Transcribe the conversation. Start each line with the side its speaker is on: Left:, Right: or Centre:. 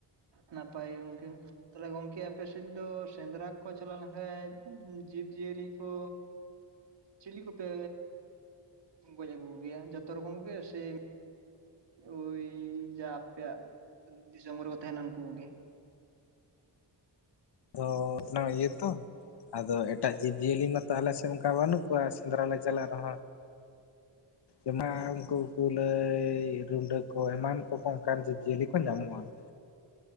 Right: ᱱᱟᱯᱟᱭ ᱜᱮ ᱜᱚᱝᱠᱮ ᱾ ᱛᱟᱦᱞᱮ ᱜᱚᱝᱠᱮ ᱟᱯᱮ ᱥᱮᱫ ᱫᱚ ᱥᱮᱸᱫᱽᱨᱟ ᱠᱚ ᱪᱟᱞᱟᱣ ᱞᱮᱱᱠᱷᱟᱡ ᱡᱤᱵᱽᱡᱤᱭᱟᱹᱞᱤ ᱠᱚᱼᱼ ᱪᱤᱞᱤ ᱠᱚᱯᱮ ᱜᱚᱡ ᱟᱹᱜᱩ ᱠᱚᱜᱮᱭᱟ, ᱡᱚᱛᱚ ᱨᱚᱠᱚᱢ ᱜᱮ ᱥᱮᱼᱼ ᱳᱭ ᱡᱟ ᱟᱯᱮᱭᱟᱜ, ᱫᱤᱥᱚᱢ ᱨᱮᱠᱚ ᱛᱟᱸᱦᱮᱱᱟ ᱩᱱᱠᱩ ᱠᱚᱜᱮ ᱾
Left: ᱟᱫᱚ ᱚᱛᱱᱟ ᱤᱭᱟᱹ ᱛᱚ ᱟᱫᱚ ᱮᱴᱟᱜ ᱡᱤᱵᱽᱡᱤᱭᱟᱹᱞᱤ ᱢᱟᱛᱚ ᱟᱞᱮ ᱥᱮᱫ ᱚᱱᱠᱟ ᱵᱟᱹᱱᱩᱜ ᱠᱚᱣᱟ ᱥᱮ ᱾ ᱥᱮᱸᱫᱽᱨᱟ ᱞᱮ ᱪᱟᱞᱟᱜ ᱨᱮᱦᱚᱸᱼᱼ ᱮᱢᱟᱱ ᱩᱱᱠᱩ ᱠᱩᱞᱟᱹᱭ, ᱨᱩᱸᱰᱟᱹ ᱠᱚ ᱮᱢᱟᱱ ᱠᱚᱠᱚ ᱚᱱᱠᱟᱱ ᱡᱤᱵᱽᱼᱡᱤᱭᱟᱹᱞᱤ ᱠᱚ ᱧᱟᱢᱚᱜᱼᱟ ᱾